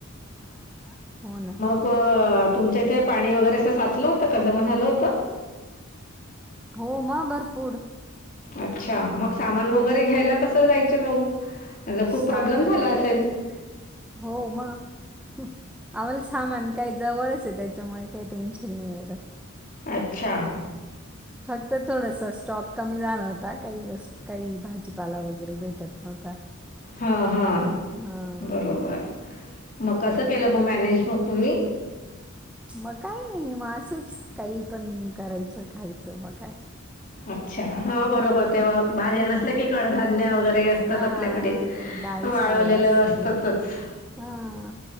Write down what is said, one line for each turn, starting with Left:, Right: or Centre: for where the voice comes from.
Centre: हो ना हो ना.
Left: प तुमच्या इथे पाणी वगैरे असं साचलं होतं का जमा झालं होतं.
Centre: हो मग भरपूर
Left: अच्छा मग सामान
Centre: हा
Left: वगैरे घ्यायला कसं जायचं मग म्हणजे खूप
Centre: सामान
Left: प्रॉब्लेम झाला
Centre: वगैरे
Left: असेल
Centre: हो मग आम्हाला सामान काही जवळचे त्याच्यामुळे काही टेन्शन नाही एवढत
Left: अच्छा हं.
Centre: फक्त थोडस स्टॉप कमी झाला होता काही वस् काही भाजीपाला वगैरे भेटत नव्हता.
Left: हा हा
Centre: हा
Left: बरोबर मग कसं केलं म मॅनेज मग तुम्ही
Centre: म काय नाही म असंच काही पण करायचं खायचं म काय
Left: अच्छा हा बरोबर
Centre: हा
Left: तेव्हा भाज्या
Centre: हा
Left: नसल्या की कडधान्य वगैरे असतात
Centre: हा
Left: आपल्याकडे
Centre: डाळी
Left: ते वाळवलेलं
Centre: शाळी असतात
Left: असतातच.
Centre: ना. हा